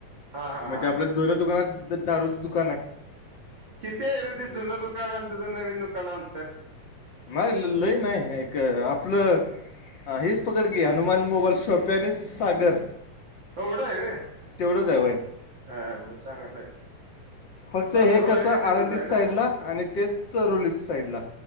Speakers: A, on the right (about 40°); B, on the left (about 55°).
A: हा हा
B: मग
A: हा
B: ते आपल्या
A: हा
B: जुन्या दुकानात दारूच दुकान आहे.
A: किती आहे रे ते जुनं दुकान तुझं नवीन दुकान अंतर?
B: नाही ल लई नाही एक आपलं हेच पकड की हनुमान मोबाईल शॉप पॅनिस सागर
A: एवढं आहे व्हय?
B: तेवढंच हाय व्हयं.
A: हा मग चांगल आहे.
B: फक्त
A: सासुरवाडी
B: हे कसं
A: बी तिथंच
B: आळंदी
A: आहे
B: साईडला
A: ना
B: आणि ते चरोली साईडला.